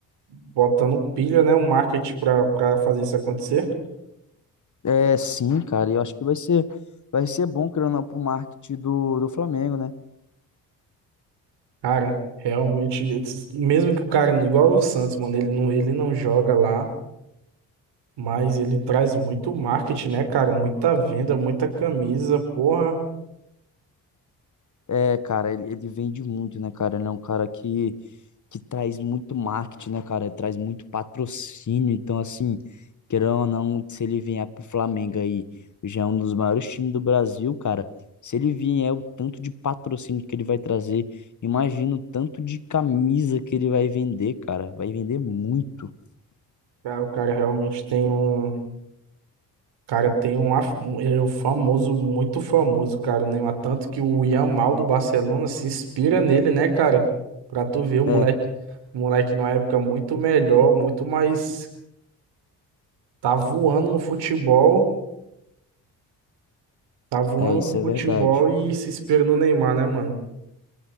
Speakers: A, on the right (about 75°); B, on the left (about 45°).
A: botando pilha, né? Um marketing pra, pra fazer isso acontecer.
B: É, sim, cara, eu acho que vai ser, vai ser bom, querendo ou não, pro marketing do, do Flamengo, né?
A: Cara, realmente, esses- mesmo que o cara, igual o Santos, mano, ele não, ele não joga lá, mas ele traz muito marketing, né, cara? Muita venda, muita camisa, porra.
B: É, cara, ele, ele vende muito, né, cara? Ele é um cara que, que traz muito marketing, né, cara? Traz muito patrocínio. Então, assim, querendo ou não, se ele vier pro Flamengo aí, já é um dos maiores times do Brasil, cara. Se ele vier, é o tanto de patrocínio que ele vai trazer, imagina o tanto de camisa que ele vai vender, cara. Vai vender muito.
A: Cara, o cara realmente tem um. o Cara, tem um, af- um- ele é um famoso, muito famoso, cara, o Neymar. Tanto que o Yamal do Barcelona se inspira nele, né, cara? Pra tu ver, o moleque,
B: É,
A: o moleque numa época muito melhor, muito mais. Tá voando no futebol, tá voando
B: é, isso
A: no
B: é
A: futebol
B: verdade.
A: e se inspira no Neymar, né, mano?